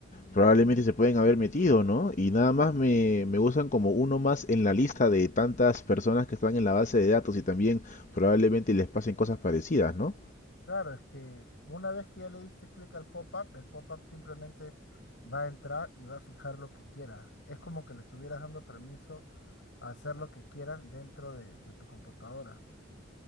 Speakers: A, on the left; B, on the left.
A: Probablemente se pueden haber metido, ¿no? Y nada más me, me usan como uno más en la lista de tantas personas que están en la base de datos y también probablemente les pasen cosas parecidas, ¿no?
B: Claro, es que una vez que ya le diste clic al pop-up, el pop-up simplemente va a entrar y va a fijar lo que quiera. Es como que le estuvieras dando permiso a hacer lo que quieran dentro de, de tu computadora.